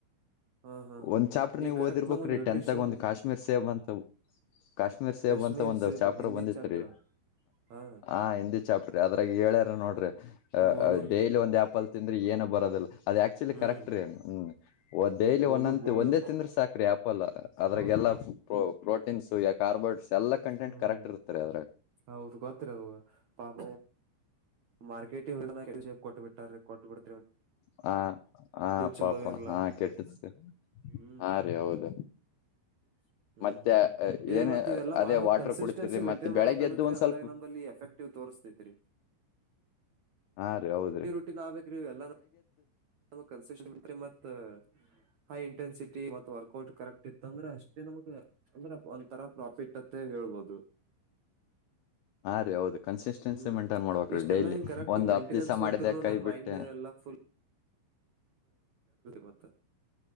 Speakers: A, on the right; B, on the left.
A: ಹಾ ಹಾ ಹಾ
B: ಒಂದ್ ಚಾಪ್ರರ್
A: ಈ
B: ನೀವು
A: ಕರೆಕ್ಟ್
B: ಓದಿರ್ಬೇಕ್
A: ನಮಗ್
B: ರೀ
A: ನ್ಯೂಟ್ರಿಷನ್
B: ಟೆಂತ್ ಆಗ ಒಂದು ಕಾಶ್ಮೀರ್ ಸೇಬ ಅಂತ ಕಾಶ್ಮೀರ್ ಸೇಬು
A: ಕಾಶ್ಮೀರಿ
B: ಅಂತ ಒಂದು
A: ಸೇಬ್
B: ಚಾಪರು
A: ಹಿಂದಿ
B: ಬಂದಿತ್ರಿ
A: ಚಾಪ್ಟರ್ ಹಾ
B: ಹಾ ಹಿಂದಿ ಚಾಪ್ಟರ್ ಅದ್ರಾಗ ಹೇಳ್ಯಾರ ನೋಡ್ರಿ
A: ಬೋಲುಂದ್ರಿ
B: ಡೈಲಿ ಒಂದ ಆ್ಯಪಲ್ ತಿಂದ್ರ ಏನನು ಬರೋದಿಲ್ಲ ಅದು ಆಕ್ಚುಲಿ
A: ಹ್ಮ್
B: ಕರೆಕ್ಟರೀ ನ್ ಹ್ಮ ಒ ಡೈಲಿ
A: ಬೋಲು
B: ಒಂದಂದ
A: ಬೋಲು
B: ಒಂದೇ ತಿಂದ್ರ ಸಾಕ್ರಿ ಆ್ಯಪಲ್ ಅದ್ರಾಗೇಲ್ಲಾ
A: ಹೌದ್ರಿ
B: ಪ್ರ ಪ್ರೋಟೀನ್ಸ್ ಯ ಕಾರ್ಬೋಡ್ಸ್ ಎಲ್ಲಾ ಕಂಟೆಂಟ್
A: ಹ್ಮ್
B: ಕರೆಕ್ಟ್ ಇರ್ತಾರ ಆದ್ರಾಗ
A: ಹೌದು ಗೊತ್ತರಿ ಅದು ಪಾಪ ಮಾರ್ಕೆಟೇ ಕೊಟ್ಟಬಟ್ಟಾರ ಕೊಟ್ಟುಬಿಡ
B: ಹಾ ಹಾ
A: ಚಲೋ
B: ಪಪ್ಪಾ
A: ಇರ್ಲಾ
B: ಹಾ ಕೆಟ್ಟ ಅನ
A: ಹ್ಮ್
B: ಹಾ ರೀ ಹೌದು
A: <inaudible> ಹ್ಮ್
B: ಮತ್ತೆ
A: ಹ್ಮ್ ಹ್ಮ್ ಈ
B: ಏನ
A: ಮತ್ತ ಇದೆಲ್ಲ
B: ಅದೇ
A: ಮಾಡಬೇಕ
B: ವಾಟರ್
A: ಕನ್ಸಿಸ್ಟೆನ್ಸಿ
B: ಕುಡಿತಿರಿ
A: ಮೈಂಟೈನ್
B: ಮತ್ತೆ
A: ಮಾಡಬೇಕಾಗತ್ರಿ
B: ಬೆಳಗ್ಗೆದ್ದು ಒಂದ್
A: ಅಂದಾಗ
B: ಸ್ವಲ್ಪ
A: ನಂಬಲ್ಲಿ ಎಫೆಕ್ಟ್ ತೋರಿಸಸ್ತೈತ್ರಿ
B: ಹಾ ರೀ ಹೌದ್ರೀ
A: <unintelligible> ಎಲ್ಲಾ ನೂ ಕನ್ಸಿಸ್ಟೆನ್ಸಿ ಮತ್ ಹೈ ಇಂಟೆನ್ಸಿಟಿ ಮತ್ತ ವರ್ಕೌಟ್ ಕರೆಕ್ಟ್ ಇತ್ತ ಅಂದ್ರೆ ಅಷ್ಟೇ ನಮಗೆ ಅಂದ್ರ ಒಂದ್ ತರಾ ಪ್ರಾಫಿಟ್ ಅತ್ತೆ ಹೇಳ್ಬೋದು
B: ಹಾ ರೀ ಹೌದು ಕನ್ಸಿಸ್ಟೆನ್ಸಿ
A: ಹ್ಮ್
B: ಮೇಂಟೈನ್ ಮಾಡ್ಬೇಕ್ರಿ
A: ಇಷ್ಟೆಲ್ಲ
B: ಡೈಲಿ
A: ಹಿಂಗ ಕರೆಕ್ಟ್
B: ಒಂದ್
A: ಮೈಂಟೆನೆನ್ಸ್
B: ಹತ್ ದಿವ್ಸ ಮಾಡಿದೆ
A: ಇದ್ರು
B: ಕೈ
A: ನಮ್
B: ಬಿಟ್ಟೆ
A: ಮೈಂಡ್ ಎಲ್ಲ ಫುಲ್ ಮ